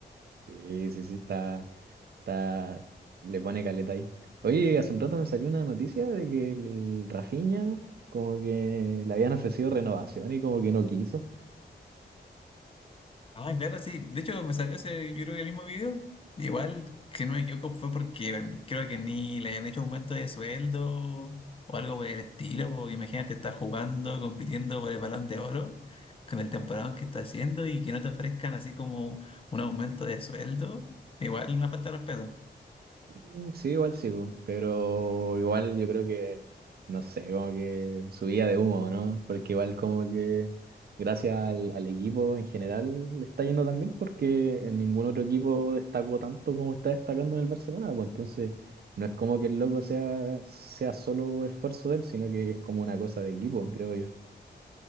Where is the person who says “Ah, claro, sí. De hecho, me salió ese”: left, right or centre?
Left